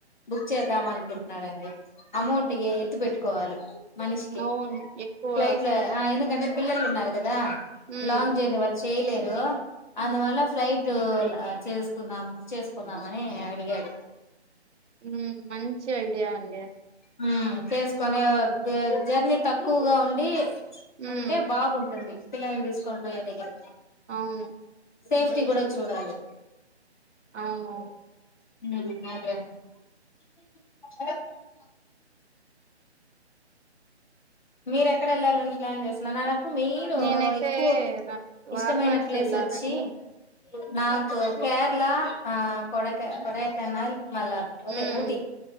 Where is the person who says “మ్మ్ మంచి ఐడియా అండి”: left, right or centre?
Right